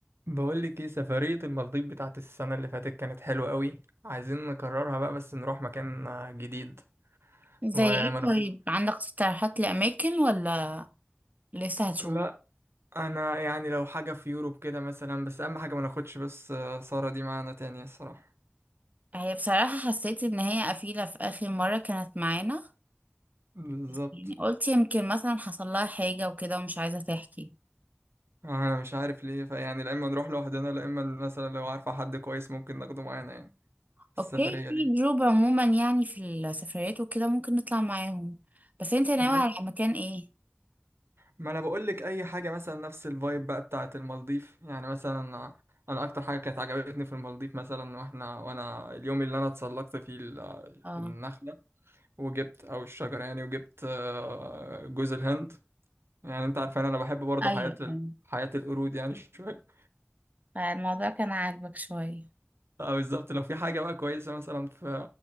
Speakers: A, on the right; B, on the right.
A: بقول لك ايه سفرية المالديف بتاعت السنة اللي فاتت كانت حلوة قوي عايزين نكررها بقى بس نروح مكان آه، جديد
B: زي
A: وما
B: ايه
A: ناخد
B: طيب عندك اقتراحات لأماكن ولا لسه هتشوف
A: لا انا يعني لو حاجة في يوروب كده مثلا بس اهم حاجة ما ناخدش بس آه، سارة دي معانا تاني الصراحة
B: هي بصراحة حسيت ان هي قفيلة في آخر مرة كانت معانا
A: بالظبط
B: بس يعني قلت يمكن مثلا حصل لها حاجة وكده ومش عايزة تحكي
A: انا مش عارف ليه فيعني لا اما نروح لوحدنا لا اما مثلا لو عارفة حد كويس ممكن ناخده معانا يعني السفرية
B: اوكي في جروب عموما يعني في السفريات وكده ممكن نطلع معاهم بس انت
A: دي
B: ناوي على مكان ايه
A: ما انا بقول لك اي حاجه مثلا نفس الفايب بقى بتاعه المالديف يعني مثلا انا اكتر حاجه كانت عجبتني في المالديف مثلا واحنا وانا اليوم اللي انا اتسلقت فيه ال-
B: اه
A: النخله وجبت او الشجره يعني وجبت آه، جوز الهند يعني انت عارفان انا بحب برضه
B: ايوه
A: حياه
B: يعني
A: ال- حياه القرود يعني <laughs> شويه
B: فالموضوع كان عاجبك شوية
A: فبالظبط لو في حاجه بقى كويسه مثلا في